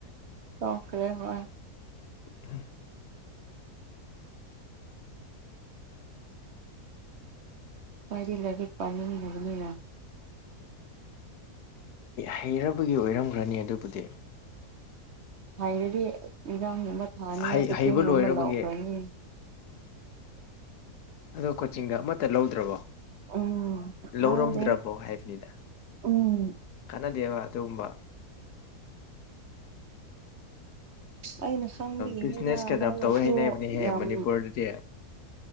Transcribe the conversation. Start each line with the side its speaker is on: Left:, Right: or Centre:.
Right: ꯆꯣꯈꯔꯦ ꯍꯣꯏ
Left: ꯑ
Right: ꯀꯗꯤ ꯂꯗꯤ ꯄꯅꯤ ꯂꯅꯤꯅ
Left: ꯍꯩꯔꯕꯒꯤ ꯑꯣꯏꯔꯝꯈ꯭ꯔꯅꯤ ꯑꯗꯨꯕꯨꯗꯤ
Right: ꯍꯥꯏꯅꯗꯤ ꯏꯟꯖꯥꯡꯒꯨꯝꯕ ꯊꯥꯅꯤꯉꯥꯏ
Left: ꯍꯩ
Right: ꯈꯨꯇꯦꯡꯒꯨꯝꯕ
Left: ꯍꯩꯕ ꯂꯣꯏꯔꯕꯒꯤ
Right: ꯂꯧꯥꯎꯈ꯭ꯔꯅꯤ
Left: ꯑꯗꯣ ꯀꯣꯆꯤꯡꯒ ꯑꯃꯠꯇ ꯂꯧꯗ꯭ꯔꯕꯣ
Right: ꯎꯝ
Left: ꯂꯧꯔꯝꯗ꯭ꯔꯕꯣ
Right: ꯂꯧꯗꯦ
Left: ꯍꯥꯏꯕꯅꯤꯗ
Right: ꯎꯝ
Left: ꯑꯗꯨꯦꯕ ꯇꯕ
Right: ꯑꯩꯅ ꯁꯪꯕꯤꯉꯅꯤꯗ
Left: ꯕꯤꯖꯤꯅꯦꯁ ꯀꯌꯥꯝ
Right: ꯂꯥꯏꯔꯁꯨ
Left: ꯇꯧꯋꯦ ꯍꯥꯏꯅꯕꯅꯦꯍꯦ
Right: ꯌꯥꯝ
Left: ꯃꯅꯤꯄꯨꯔꯗꯗꯤ